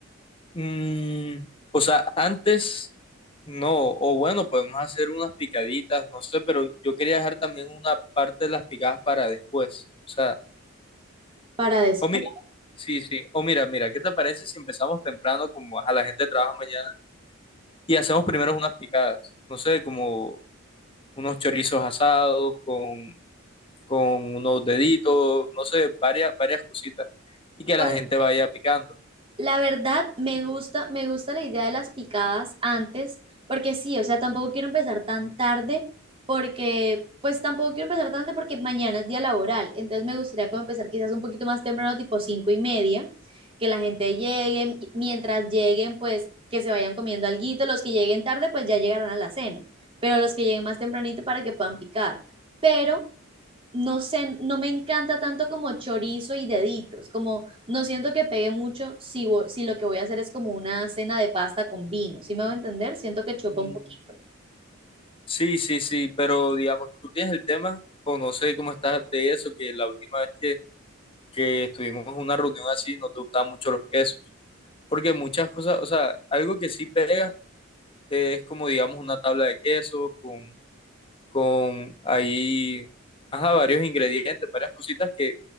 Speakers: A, on the left; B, on the right.
A: Mm, o sea, antes No, o bueno, podemos hacer unas picaditas, no sé, pero yo quería dejar también una parte de las picadas para después. O sea,
B: Para después.
A: o mira, sí, sí, o mira, mira, ¿qué te parece si empezamos temprano, como a la gente trabaja mañana, y hacemos primero unas picadas? No sé, como unos chorizos asados con, con unos deditos, no sé, varias, varias cositas, y que
B: Pues
A: la gente vaya picando.
B: La verdad, me gusta, me gusta la idea de las picadas antes, porque sí, o sea, tampoco quiero empezar tan tarde, porque, pues tampoco quiero empezar tan tarde porque mañana es día laboral, entonces me gustaría como empezar quizás un poquito más temprano, tipo cinco y media, que la gente llegue, y mientras lleguen, pues que se vayan comiendo alguito, los que lleguen tarde, pues ya llegarán a la cena, pero los que lleguen más tempranito para que puedan picar, pero no sé, no me encanta tanto como chorizo y deditos, como no siento que pegue mucho si, vo- si lo que voy a hacer es como una cena de pasta con vino, ¿sí me va a entender? Siento que choca
A: Mm.
B: un poquito.
A: Sí, sí, sí, pero digamos, tú tienes el tema, o no sé cómo estás de eso, que la última vez que que estuvimos en una reunión así, no te gustaban mucho los quesos. Porque muchas cosas, o sea, algo que sí pega eh, es como, digamos, una tabla de quesos con, con ahí, ajá, varios ingredientes, varias cositas que